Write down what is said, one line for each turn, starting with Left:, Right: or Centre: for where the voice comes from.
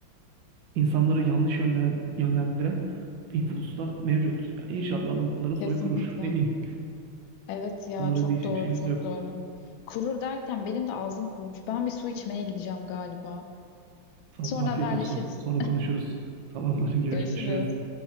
Right: insanları yanlış yönlendiren, yönlendiren influencer'lar mevcut. Yani İnşallah bunların
Left: Kesinlikle.
Right: soyu kurur. Ne diyeyim?
Left: Evet ya
Right: Bunlara
Left: çok
Right: diyecek
Left: doğru
Right: bir şeyimiz
Left: çok
Right: yok.
Left: doğru. Kurur derken benim de ağzım kurumuş. Ben bir su içmeye gideceğim galiba.
Right: Tamam,
Left: Sonra
Right: afiyet
Left: haberleşiriz.
Right: olsun. Sonra konuşuruz. Tamamdır,
Left: <laughs>
Right: <laughs> görüşürüz.
Left: Görüşürüz.